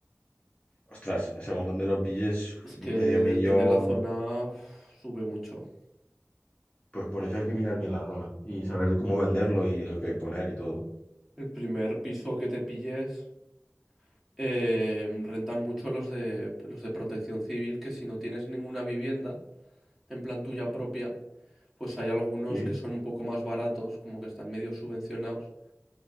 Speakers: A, on the left; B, in the centre.
A: Ostras, según donde lo pilles,
B: Es que
A: medio
B: depende
A: millón.
B: de la zona, uf, sube mucho.
A: Pues por eso hay que mirar bien la zona y saber cómo venderlo y lo que poner y todo.
B: El primer piso que te pilles. eh, rentan mucho los de, los de protección civil, que si no tienes ninguna vivienda, en plan tuya propia, pues hay algunos
A: Sí,
B: que son un poco más baratos, como que están medio subvencionados,